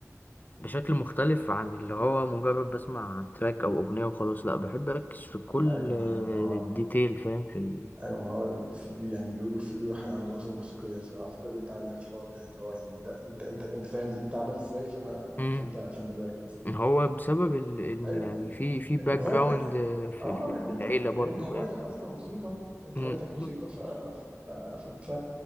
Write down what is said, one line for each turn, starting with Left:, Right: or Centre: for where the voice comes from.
Left: بشكل مختلف عن اللي هو مجرد بسمع تراك أو أغنية وخلاص لأ بحب أركز في كل
Right: ايوه ما هو
Left: ديتيل فاهم في ال...
Right: ايوه ما هو في- بي- يعني بيقولوا في واحد عنده اذن موسيقيه فاعتقد انت عندك الحوار ده اللي هو يعني انت انت انت, انت فاهم دي بتتعمل ازاي فانا
Left: مم.
Right: فانت فانت مركز
Left: إن هو بسبب ال... إن
Right: ايوه
Left: يعني في في باك
Right: ان هوايتك
Left: جراوند في...
Right: اه
Left: في... في
Right: ان انت
Left: العيلة برضو
Right: يعني انت هوايتك
Left: فاهم
Right: اصلا موسيقى انت
Left: مم.
Right: هوايتك موسيقى
Left: <laughs>
Right: ف... ف... ف... ف...